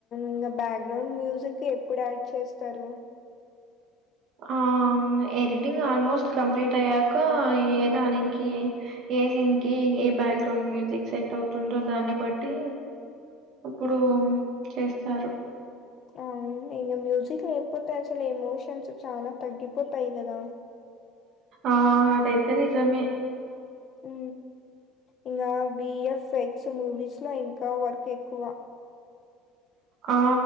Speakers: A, on the left; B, on the right.
A: ఇంగ బ్యాక్గ్రౌండ్ మ్యూజిక్ ఎప్పుడు యాడ్ చేస్తరు
B: ఆ ఎడిటింగ్ ఆల్మోస్ట్ కంప్లీట్ అయ్యాక ఏ దానికి ఏ సీన్కి ఏ బ్యాక్గ్రౌండ్ మ్యూజిక్ సెట్ అవుతుందొ దాని బట్టి ఇప్పుడు చేస్తారు
A: అ ఔన్ ఇనిన్ మ్యూజిక్ లేకపొతె అసలు ఎమోషన్స్ చాల తగ్గిపొతయి కదా
B: ఆ అదైతే నిజమే
A: ఉ ఇంగా బిఎఫ్ఎక్స్లు విస్ల ఇంకా వర్క్ ఎక్కువ
B: ఆ